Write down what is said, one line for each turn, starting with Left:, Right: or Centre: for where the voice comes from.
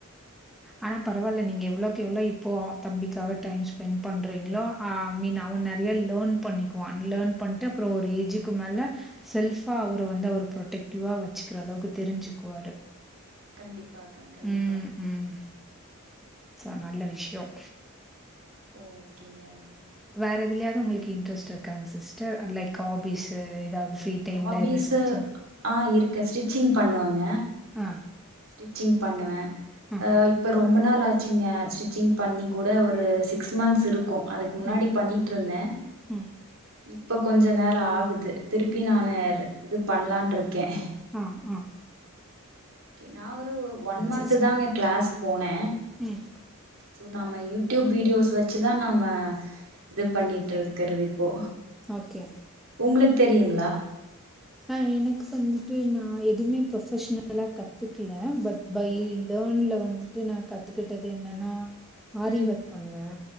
Centre: ஆனா பரவாயில்ல நீங்க எவ்ளோக்கு எவ்ளோ இப்போ தம்பிக்காக டைம் ஸ்பெண்ட் பண்றீங்களோ அமீன் அவன நிறைய லன் பண்ணிக்குவான் லன் பண்ணிட்டு அப்புறம் ஒரு ஏஜுக்கு மேல செல்பா அவர் வந்து அவர் டக்டிவா வச்சுக்கிற அளவுக்கு தெரிஞ்சுக்குவாரு
Right: கண்டிப்பாக்கா கண்டிப்பா
Centre: ம் ம் ச நல்ல விஷயம்
Right: ஓகேங்க ஓ
Centre: வேற எதுலாவது உங்களுக்கு இன்ட்ரெஸ்ட் இருக்காங்க சிஸ்டர் லைக் ஹாபிஸ் ஏதாவது ஃப்ரீ டைம்ல
Right: ஹாபீஸ்
Centre: இந்த ஸ்டிச்சிங்
Right: ஆஹ் இருக்க ஸ்டிச்சிங் பண்ணுவாங்க
Centre: ஆ
Right: ஸ்டிச்சிங் பண்ணுவேன்
Centre: ஆ
Right: இப்ப ரொம்ப நாள் ஆச்சுங்க ஸ்டிச்சிங் பண்ணி கூட ஒரு சிக்ஸ் மந்த்ஸ் இருக்கும் க்கும் அதுக்கு முன்னாடி
Centre: ம்
Right: பண்ணிட்டு இருந்தேன்
Centre: ம்
Right: இப்ப கொஞ்ச நேரம் ஆகுது திருப்பி நானு இது பண்ணலான் இருக்கேன்
Centre: ஆஹ் ஆஹ்
Right: நா ஒரு ஒன் மந்த்த்
Centre: சிஸ்டர்
Right: தான்ங்க கிளாஸ் போனே
Centre: ம்
Right: சோ நாம டியூப் வீடியோஸ் வச்சுதான் நாம இது பண்ணிட்டு இருக்குறது இப்போ
Centre: ஓகே
Right: உங்களுக்கு தெரியுங்களா
Centre: ஆஹ் எனக்கு வந்துட்டு நா எதுவுமே ப்ரொபஷனலா கத்துக்கல பட் பை
Right: ஓகே
Centre: லேர்ன்ல வந்துட்டு நா கத்துக்கிட்டது என்னன்னா ஆரி
Right: ம்
Centre: ஒர்க் பண்ணுவே